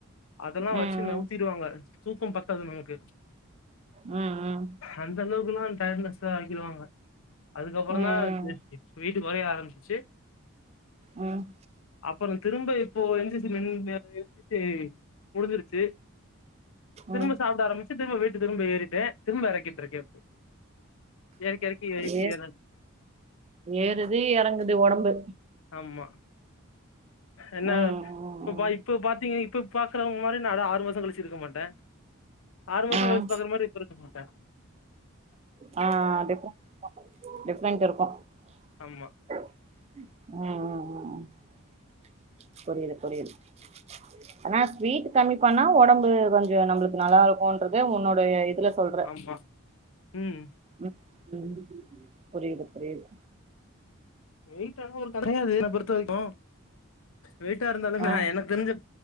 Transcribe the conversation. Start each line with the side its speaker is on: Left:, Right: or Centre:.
Left: அதெல்லா
Right: ம்
Left: வச்சு நவுத்திடுவாங்க தூக்க பத்தாது நமக்கு
Right: ம், ம்
Left: அந்த அளவுக்குல்லா டயடுனஸ் ஆகிடுவாங்க அதுக்கப் அப்பறதா
Right: ம்
Left: வெய்ட்டு கொறைய ஆரம்பிச்சுச்சு
Right: ம்
Left: அப்பறோ திரும்ப இப்போ என் சி சி ல நின்னு என் சி சி முடிஞ்சிருச்சு திரும்ப
Right: ம்
Left: சாப்பிட ஆரம்பிச்சு திரும்ப வெய்ட்டு திரும்ப ஏறிட்டே திரும்ப எறக்கிட்டு இருக்க இப்போ எறக்கி எறக்கி வெயிட்
Right: ஏ
Left: ஏற
Right: ஏறுது எறங்குது ஒடம்பு
Left: ஆமா என்ன
Right: ம் ம்
Left: இப்ப பா இப்ப பாத்தீங்க இப்ப பாக்குறவங்க மாரி நா அது ஆறு மாச கழிச்சு இருக்க மாட்ட ஆறு மாச
Right: ம்
Left: கழிச்சு பாக்குற மாரி இப்ப இருக்க மாட்ட
Right: ஆ, ஆ டிஃப்ரெண்டு இருக்கு, டிஃப்ரென்ட்
Left: ஆமா
Right: இருக்கு ம், ம், ம் புரியிது புரியிது ஆனா ஸ்வீட் கம்மி பண்ணா ஒடம்பு கொஞ்சோ நம்மளுக்கு நல்லா இருக்குன்றது உன்னுடைய இதுல சொல்
Left: மா, ம்
Right: ம், ம் புரியுது புரியுது
Left: வெயிட் எல்லா ஒரு கடையாது என்ன பொறுத்த வரைக்கு வெயிட்டா இருந்தாலுமே
Right: ஆ
Left: நா எனக்கு தெரிஞ்சு